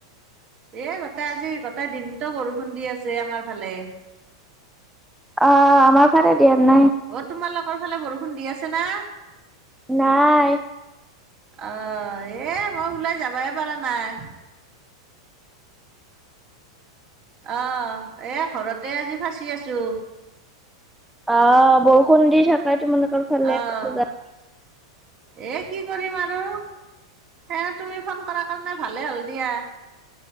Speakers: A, on the right; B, in the centre.
A: এ, গটেই আজি, গটেই দিনতো বৰষুণ দি আছে আমাৰ ফালে।
B: অ', আমাৰ ফালে দিয়া নাই।
A: অ', তোমালোকৰ ফালে বৰষুণ দি আছে না?
B: নাই।
A: অ', এই মই ওলাই যাবাই পাৰা নাই। অ', এ, ঘৰতে আজি ফচি আছো।
B: অ', বৰষুণ দি থাকে তোমালোকৰ ফালে
A: অঁ
B: <unintelligible>
A: এ, কি কৰিম আৰু। এ, তুমি ফোন কৰা কাৰণে ভালে হ'ল দিয়া।